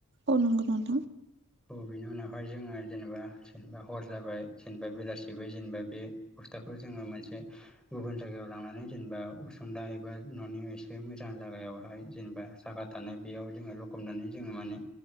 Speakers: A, on the right; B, in the centre.
A: अ नंगौ नों
B: औ बेनि उनाव हाय जोङो जेनेबा जेनेबा हर जाबाय जेनेबा बेलासेबाय जेनेबा बे बस्थाखौ जोङो मोनसे गुबुन जायगायाव लांनानै जेनेबा उसुंदा एबा न'नि एसे मोजां जायगायावहाय जेने सागा थानाय बेयाव जोङो लखबनानै जोङो माने